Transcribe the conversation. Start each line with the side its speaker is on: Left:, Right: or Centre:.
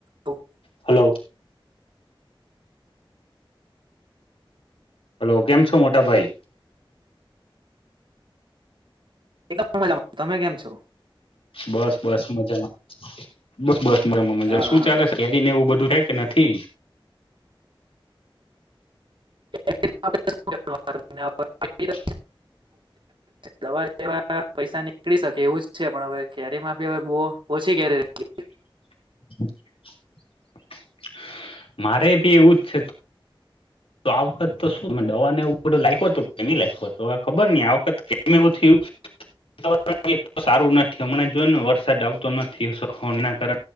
Right: હા
Left: hello hello કેમ છો મોટાભાઈ
Right: એકદમ મજા તમે કેમ છો?
Left: બસ બસ મજામાં બસ બસ મજામાં મજામાં
Right: હા
Left: શું
Right: હા
Left: ચાલે કેરી ને એવું બધું થ કે નથી
Right: <unintelligible>
Left: <unintelligible>
Right: દવા જેવા પૈસા નીકળી શકે એવું જ છે પણ હવે કેરીમાં ભી હવે બ. <unintelligible> કી ક ર
Left: <inaudible> મારે ભી એવું જ છે. તો આ વખત તો શું દવાને એવું બધું લખ્યું હતું કેમ લખ્યું હત હવે ખબર ન આ વખત કે એવું થયું. હ <unintelligible> વરણ સારું નથી મને જોય ને વરસાદ આવતો નથી એના કાર